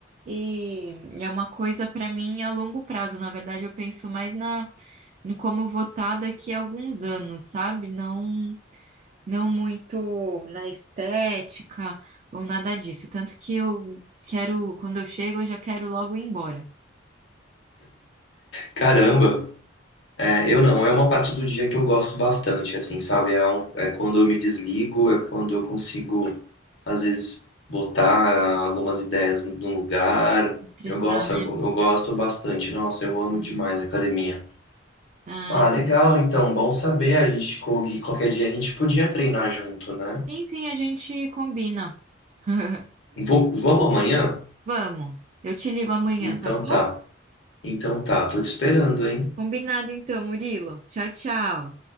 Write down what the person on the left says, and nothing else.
Caramba! É, eu não, é uma parte do dia que eu gosto bastante, assim, sabe? É, um- é quando eu me desligo, é quando eu consigo, às vezes, botar algumas ideias no lugar.
Eu gosto,
eu gosto bastante. Nossa, eu amo
demais a academia.
Ah, legal,
então, bom saber. A gente, co- qualquer dia a gente podia treinar junto, né?
Vo- vamos amanhã?
Então
tá. Então tá, tô te esperando, hein?